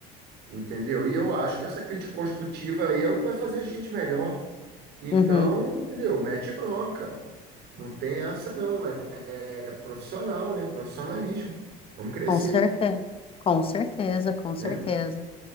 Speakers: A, on the right; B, on the left.
A: entendeu? E eu acho que essa crítica construtiva aí é o que vai fazer a gente melhor. Então,
B: Uhum.
A: entendeu? Mete bronca. Não tem essa, não. É, é profissional, né? Profissionalismo. Vamos crescer,
B: Com certeza. Com certeza, com certeza.
A: né?